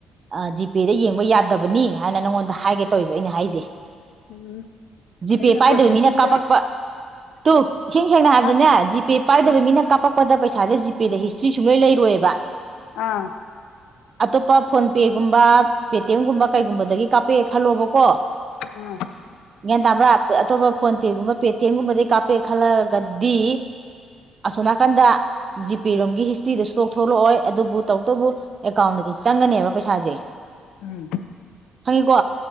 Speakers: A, on the right; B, on the left.
A: ꯑ ꯖꯤꯄꯦꯗ ꯌꯦꯡꯕ ꯌꯥꯗꯕꯅꯤ ꯍꯥꯏꯅ ꯅꯪꯉꯣꯟꯗ ꯍꯥꯏꯒꯦ ꯇꯧꯋꯦꯕ ꯑꯩꯅ ꯍꯥꯏꯁꯦ
B: ꯎꯝ
A: ꯖꯤꯄꯦ
B: ꯑꯩꯅ
A: ꯄꯥꯏꯗꯕ
B: ꯄ꯭ꯔꯣꯁꯦꯁꯤꯡꯗ
A: ꯃꯤꯅ ꯀꯥꯞꯄꯛꯄ ꯇꯨ ꯏꯁꯦꯡ ꯁꯦꯡꯅ ꯍꯥꯏꯕꯗꯅꯦ
B: ꯑ ꯑꯥ
A: ꯖꯤꯄꯦ ꯄꯥꯏꯗꯕ
B: ꯑꯥ
A: ꯃꯤꯅ ꯀꯞ ꯀꯛꯄꯗ ꯄꯩꯁꯥꯁꯦ ꯖꯤꯄꯦꯗ ꯍꯤꯁꯇ꯭ꯔꯤ ꯁꯨꯡ ꯂꯩ ꯂꯩꯔꯣꯏꯕ
B: ꯑꯥ
A: ꯑꯇꯣꯞꯄ ꯐꯣꯟ ꯄꯦꯒꯨꯝꯕ ꯄꯦꯇꯤꯑꯦꯝꯒꯨꯝꯕ ꯀꯩꯒꯨꯝꯕꯗꯒꯤ ꯀꯥꯞꯄꯛꯑꯦ ꯈꯜꯂꯣꯕꯀꯣ
B: ꯎꯝ
A: ꯒ꯭ꯌꯥꯟ ꯇꯥꯕ꯭ꯔꯥ ꯑꯇꯣꯞꯄ ꯐꯣꯟ ꯄꯦꯒꯨꯝꯕ ꯄꯦꯇꯤꯑꯦꯝꯒꯨꯝꯕꯗꯩ ꯀꯥꯞꯄꯛꯑꯦ ꯈꯜꯂꯛꯑꯒꯗꯤ ꯑꯁꯣ ꯅꯥꯀꯟꯗ ꯖꯤꯄꯦ ꯔꯣꯝꯒꯤ ꯍꯤꯁꯇ꯭ꯔꯤꯗ ꯁꯨꯊꯣꯛ ꯊꯣꯛꯂꯛꯑꯣꯏ ꯑꯗꯨꯕꯨ ꯇꯧꯕꯇꯕꯨ ꯑꯦꯀꯥꯎꯟꯗꯗꯤ ꯆꯪꯒꯅꯦꯕ ꯁꯥꯖꯦ
B: ꯎꯝ
A: ꯍꯪꯉꯤꯀꯣ